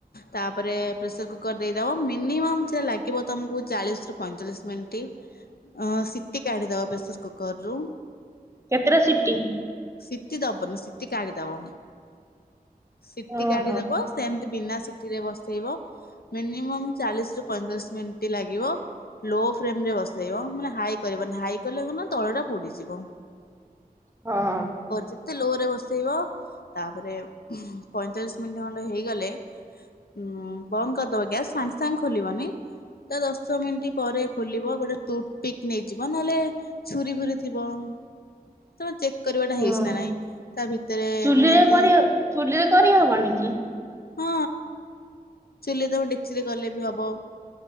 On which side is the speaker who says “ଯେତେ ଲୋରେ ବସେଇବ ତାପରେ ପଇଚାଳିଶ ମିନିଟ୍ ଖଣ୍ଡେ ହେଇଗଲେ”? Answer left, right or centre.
Left